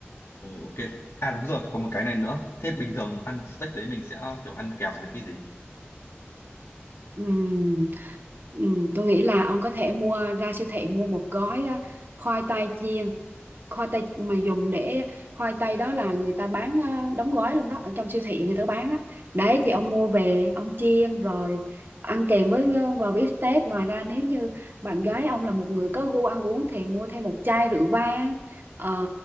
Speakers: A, on the left; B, on the right.
A: Ồ, ok. À đúng rồi, có một cái này nữa. Thế bình thường ăn steak đấy mình sẽ kiểu ăn kèm với cái gì?
B: Ừm, ừm, tôi nghĩ là ông có thể mua ra siêu thị mua một gói à, khoai tây chiên khoai tây mà dùng để khoai tây đó là người ta bán ờ, đóng gói luôn đó ở trong siêu thị người ta bán đó đấy thì ông mua về ông chiên rồi ăn kèm với ờ, bò bít tết ngoài ra nếu như bạn gái ông là một người có gu ăn uống thì mua thêm một chai rượu vang Ờ,